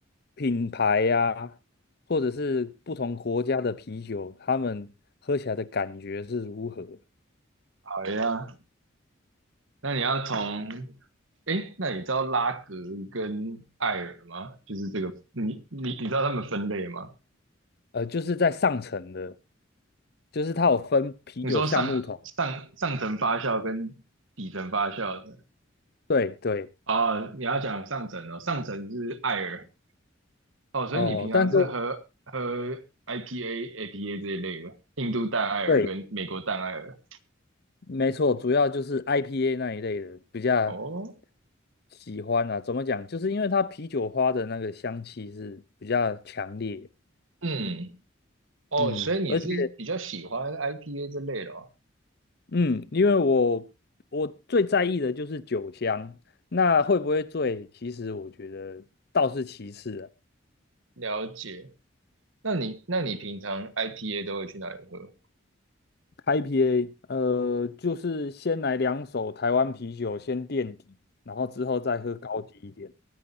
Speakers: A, on the left; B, on the right.
A: 品牌呀、或者是不同国家的啤酒，他们喝起来的感觉是如何。
B: 好呀。那你要从，诶，那你知道拉格跟艾尔吗？就是这个，你你你知道他们分类吗？
A: 呃，就是在上层的，就是它有分啤酒橡木桶，
B: 你说上上上层发酵跟底层发酵的
A: 对对，
B: 哦，你要讲上层哦，上层是艾尔哦，所以你平常是喝喝
A: 哦，但是
B: IPA、APA 这一类的，印度淡艾尔跟美国淡艾尔
A: 对，没错，主要就是 IPA 那一类的比较
B: 哦，
A: 喜欢啊。怎么讲？就是因为它啤酒花的那个香气是比较强烈，
B: 嗯，哦，
A: 嗯，
B: 所以你是比较喜欢
A: 而且
B: IPA 这类的哦，
A: 嗯，因为我我最在意的就是酒香，那会不会醉，其实我觉得倒是其次啊。
B: 了解。那你那你平常 IPA 都会去哪里喝？
A: IPA，呃，就是先来两手台湾啤酒先垫底，然后之后再喝高级一点。